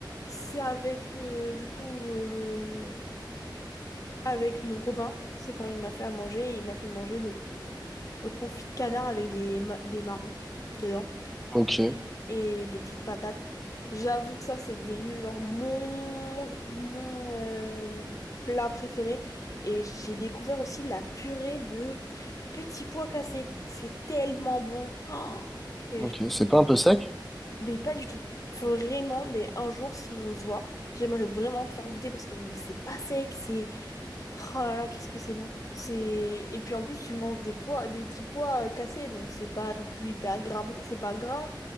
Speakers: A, on the left; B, in the centre.
A: c'est avec, euh, du coup, euh, avec mon copain. C'est quand il m'a fait à manger, il m'a fait manger le, le confit de canard avec des, ma- des marrons dedans.
B: Ok,
A: et des petites patates. J'avoue que ça, c'est devenu genre mon, mon euh, plat préféré. Et j'ai découvert aussi la purée de petits pois cassés. C'est tellement bon. <gasps> Oh et
B: ok.
A: je-
B: C'est pas un peu sec?
A: Mais pas du tout. Faut Vraiment, mais un jour, si on se voit, j'aimerais vraiment te faire goûter parce que c'est pas sec, c'est... Oh là là, qu'est-ce que c'est bon. C'est... Et puis en plus, tu manges des pois, des petits pois euh, cassés, donc c'est pas non plus hyper gras. C'est pas gras.